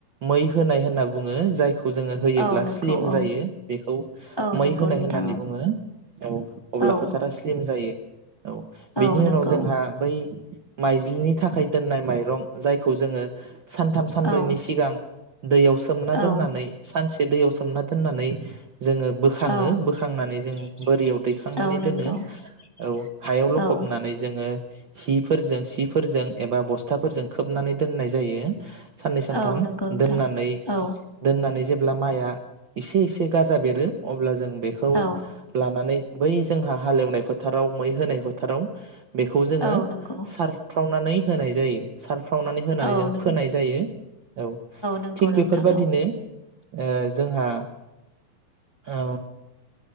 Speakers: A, on the right (about 70°); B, on the left (about 30°).
A: मै होनाय होनना बुङो जाय बेखौ जोङो होयोब्ला
B: औ नंगौ
A: स्लिम
B: औ
A: जायो बेखौ
B: औ
A: मै
B: नंगौ
A: होनाय
B: नोंथां
A: होननानै
B: औ
A: बुङो औ अब्ला
B: औ
A: फोथारा स्लिम जायो
B: औ
A: बिनि
B: नंगौ
A: उनाव जोंहा बै माइज्लिनि थाखाय दोननाय माइरं जायखौ जोङो सानथाम सानब्रैनि
B: औ
A: सिगां। दैयाव सोमना दोननानै
B: औ
A: सानसे दैयाव सोमना दोननानै जोङो बोखाङो
B: औ
A: बोखांनानै जों बोरियाव दैखांनानै
B: औ नंगौ
A: दोनो औ हायाव लखबनानै
B: औ
A: जोङो हिफोरजों सिफोरजों एबा बस्थाफोरजों खोबनानै दोननाय जायो। साननै सानथाम
B: औ नंगौ नोंथां
A: दोननानै
B: औ
A: दोननानै जे ब्ला माइआ एसे एसे गाजा बेरो अब्ला जों बेखौ
B: औ
A: लानानै बै जोंहा हालेवनाय फोथाराव मै होनाय फोथाराव बेखौ जोङो
B: औ नंगौ
A: सार फुंनानै होनाय जायो सारफुं फ्रावनानै होनानै
B: औ
A: जों
B: नों
A: फोनाय जायो औ।
B: नंगौ
A: थिग
B: नोंथां
A: बेफोरबायदिनो
B: औ
A: ओ जोंहा ओ